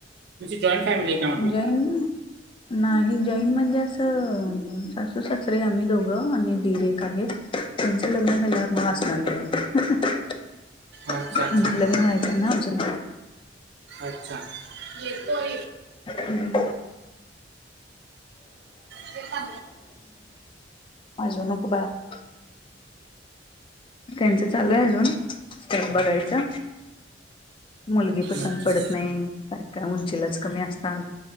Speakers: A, on the right (about 65°); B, on the left (about 30°).
A: जॉईट फॅमिली आहे का म्हटलं
B: जैन नाही जॉईन म्हणजे असं सासू सासरे आम्ही दोघं आणि दीरे एक आहेत त्यांचं लग्न झाल्यावर मग असणार की
A: अच्छा
B: त्याच
A: अच्छा हां
B: लग्न
A: हां
B: व्हायचं आहे ना अजुन
A: अच्छा हां.
B: हम्
A: ते का
B: वाजवू नको बाळा. त्यांचं चालू आहे अजून <unintelligible> बघायचं. मुलगी पसंत
A: अच्छा
B: पडत नाही काय काय उंचीलाच कमी असतात.